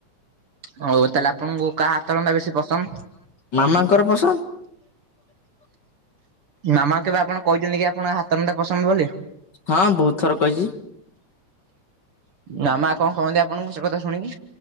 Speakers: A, on the right; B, on the left.
A: ହଉ ତାହେଲେ ଆପଣଙ୍କୁ କାହା ହାତରନ୍ଧା ବେଶୀ ପସନ୍ଦ?
B: ମାମାଙ୍କର ପସନ୍ଦ
A: ମାମା କେବେ ଆପଣ କହିଛନ୍ତି କି ଆପଣ ହାତ ରନ୍ଧା ପସନ୍ଦ ବୋଲି।
B: ହଁ ବହୁତ ଥର କହିଛି।
A: ନା ମା କଣ କହନ୍ତି ଆପଣଙ୍କୁ ସେ କଥା ଶୁଣିକି?